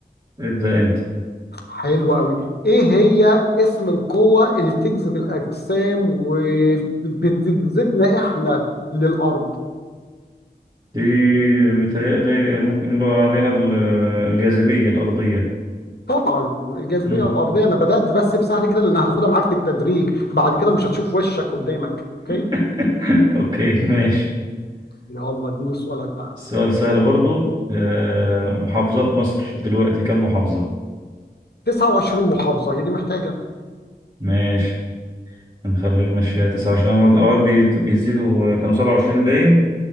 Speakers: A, on the right; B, on the left.
A: ابدأ انت
B: حلو قوي ايه هي اسم القوة اللي بتجذب الاجسام وبتجذبنا احنا للارض
A: دي متهيألي ممكن يقولوا عليها ال- الجاذبية الأرضية
B: طبعا الجاذبية
A: مم.
B: الارضية انا بدأت بس بسهل كده لان هاخدها معاك بالتدريج بعد كده مش هتشوف وشك قدامك اوكي
A: <laughs> اوكي ماشي
B: يلا اديني سؤالك بقى
A: السؤال سهل برضو آه، محافظات مصر دلوقتي كم محافظة؟
B: 29 محافظة هي دي محتاجة
A: ماشي هنخليه ماشية 29 أنا أوقات بي- بيزيدوا كانوا 27 باين